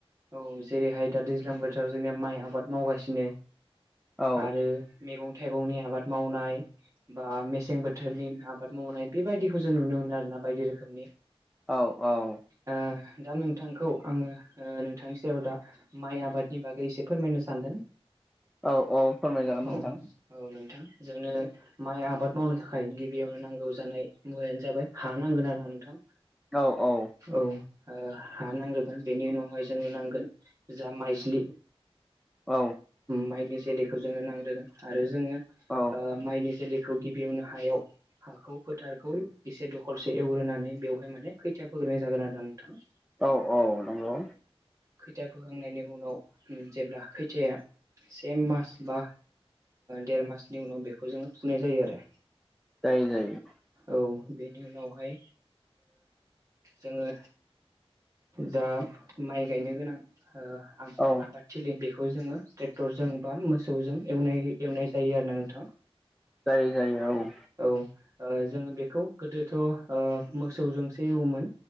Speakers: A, on the right; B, in the centre.
A: औ जेरैहाय दा दैज्लां बोथोराव जोंनिया माइ आबाद मावगासिनो
B: औ
A: आरो मैगं थाइगंनि आबाद मावनाय बा मेसें बोथोरनि आबाद आबाद मावनाय बेबायदिखौ जों नुनो मोनो आरोना बायदि रोखोमनि
B: औ औ।
A: ओ दा नोंथांखौ आंङो नोंथांनि सेरायाव दा माइ आबादनि बागै एसे फोरमायनो सानदों।
B: औ औ फोरमायजागोन
A: औ
B: नोंथां।
A: औ नोंथां जोंनो माइ आबाद मावनो थाखाय गिबियावनो नांगौ जानाय मुवायानो जाबाय हा नांगौ। खोना नोंथां।
B: औ औ।
A: ओ हा नांग्रोगोन बेनि उनावहाय जोंङोनो नांगोन जा माइज्लि
B: औ
A: माइनि जोलैखौ जोंङो नांदों आरो जोङो
B: औ
A: माइनि जैखौ खौ गिबियावनो हायाव हाखौ फोथारखौ एसे दखलसे एवग्रोनानै बेवहाय माने खैथायया फोग्रोनाय जागोन आरो ना नोंथां।
B: औ औ नंगौ।
A: खैथा बोखांनायनि उनाव जेब्ला खैथाया से मास बा देर मासनि उनाव बेखौ जोंङो फुनाय जायो आरो
B: जायो जायो।
A: औ बेनि उनावहाय जोंङो जा माइ गायनो गोनां आबादथिलि
B: औ
A: बेखौ जोंङो ट्रेक्टरजों बा मोसौजों नाय एवनाय जायो आरो ना नोंथां।
B: जायो जायो औ
A: औ जोंङो बेखौ गोदोथ' ओ मोसौजोंसो एवोमोन।